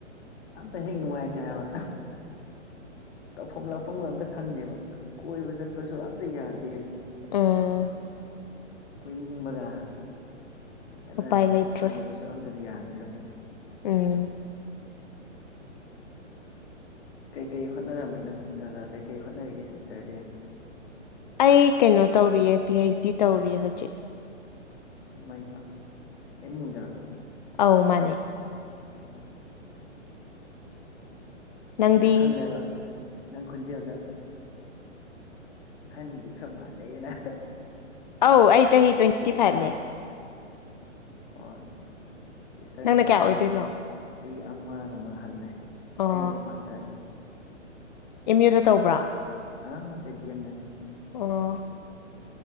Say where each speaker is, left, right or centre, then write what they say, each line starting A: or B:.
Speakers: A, on the left; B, on the left.
A: ꯑꯝꯇ ꯍꯦꯛ ꯅꯨꯡꯉꯥꯏꯇꯦ ꯍꯥꯏꯕ ꯇꯧꯐꯝ ꯂꯥꯛꯐꯝꯒ ꯑꯝꯇ ꯈꯪꯗꯦꯕ ꯀꯣꯏꯕ ꯆꯠꯄꯁꯨ ꯑꯝꯇ ꯌꯥꯗꯦ
B: ꯎꯝ
A: ꯀꯣꯏꯅꯤꯡꯕꯒ ꯀꯗꯥꯢꯗꯒꯤ
B: ꯎꯄꯥꯏ ꯂꯩꯇ꯭ꯔꯦ
A: ꯆꯠꯂꯨꯕꯁꯨ ꯑꯝꯇ ꯌꯥꯗ꯭ꯔꯦ ꯍꯧꯖꯤꯛ
B: ꯎꯝ
A: ꯀꯩ ꯀꯩ ꯍꯣꯠꯅꯔꯝꯃꯤꯅꯣ ꯁꯤ ꯀꯩꯀꯩ ꯍꯣꯠꯅꯔꯤꯒꯦ ꯁꯤꯁꯇꯔꯗꯤ
B: ꯑꯩ ꯀꯩꯅꯣ ꯇꯧꯔꯤꯌꯦ ꯄꯤ ꯍꯩꯆ ꯗꯤ ꯇꯧꯔꯤꯌꯦ ꯍꯧꯖꯤꯛ
A: ꯏꯃꯥ ꯏꯃꯥ ꯑꯦꯝ ꯌꯨ ꯗꯔꯣ
B: ꯑꯧ ꯃꯥꯅꯦ
A: ꯑꯣ
B: ꯅꯪꯗꯤ
A: ꯑꯩꯁꯨ ꯈꯜꯂꯦꯕ ꯅꯪ ꯈꯨꯟꯖꯦꯜꯗ ꯑꯍꯟꯗꯤ ꯈꯔ ꯃꯥꯥꯜꯂꯦꯅ
B: ꯑꯧ ꯑꯩ ꯆꯍꯤ ꯇ꯭ꯋꯦꯟꯇꯤ ꯐꯥꯏꯚꯅꯦ
A: ꯑꯣ ꯁꯤꯁꯇꯔꯅ
B: ꯅꯪꯅ
A: ꯆꯍꯤ
B: ꯀꯌꯥ ꯑꯣꯏꯗꯣꯏꯅꯣ
A: ꯑꯃ ꯆꯍꯤ ꯑꯃꯒꯨꯝꯕ ꯍꯜꯂꯦ
B: ꯑꯣ
A: ꯑꯩ ꯍꯧꯖꯤꯛ ꯃꯥꯁꯇꯔ
B: ꯑꯦꯝ ꯌꯨꯗ ꯇꯧꯕ꯭ꯔꯣ
A: ꯑꯥ ꯅꯠꯇꯦ ꯗꯤ ꯑꯦꯝ ꯗꯅꯦ
B: ꯑꯣ